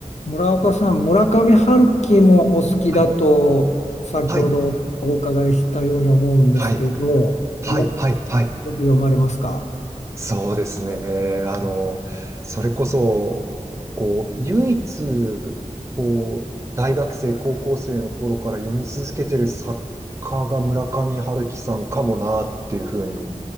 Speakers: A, on the left; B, on the right.
A: 村岡さん、村上春樹もお好きだと先ほどお伺いしたように思うんですけど、
B: はい、はい、はい、はい、
A: よ、
B: はい、はい。
A: よく読まれますか
B: そうですね。あの、それこそ、こう、唯一、こう、大学生、高校生の頃から読み続けてる作家が村上春樹さんかもなっていうふうに